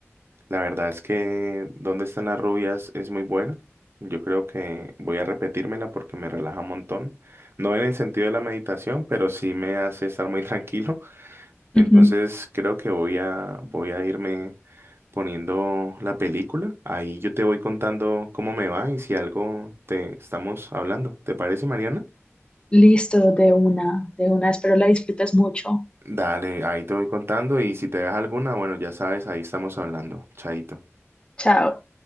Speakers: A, on the right; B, on the left.
A: la verdad es que ¿Dónde están las rubias? es muy buena. Yo creo que voy a repetírmela porque me relaja un montón. No en el sentido de la meditación, pero sí me hace estar muy <laughs> tranquilo. Entonces
B: Ujú.
A: creo que voy a, voy a irme poniendo la película. Ahí yo te voy contando cómo me va y si algo te estamos hablando. ¿Te parece, Mariana?
B: listo, de una, de una, espero la disfrutes mucho.
A: Dale, ahí te voy contando y si te ves alguna, bueno, ya sabes, ahí estamos hablando. Chaito.
B: Chao.